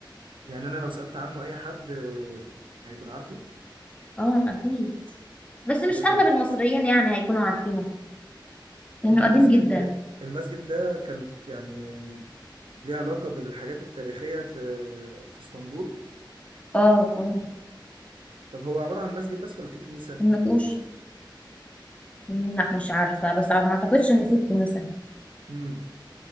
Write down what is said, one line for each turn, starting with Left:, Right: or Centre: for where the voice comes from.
Right: يعني انا لو سألت عنه اي حد آه، هيكون عارفه
Left: اه أكيد بس مش
Right: حلو
Left: أغلب المصريين يعني هيكونوا عارفينه لأنه
Right: انت المسجد
Left: قديم جدا
Right: المسجد ده كان يعني ليه علاقة بالحاجات التاريخية في في اسطنبول
Left: اه اه
Right: طب هو عبارة عن مسجد بس ولا في كنيسة
Left: النقوش لا مش عارفة بس ما أعتقدش إن فيه كنيسة
Right: امم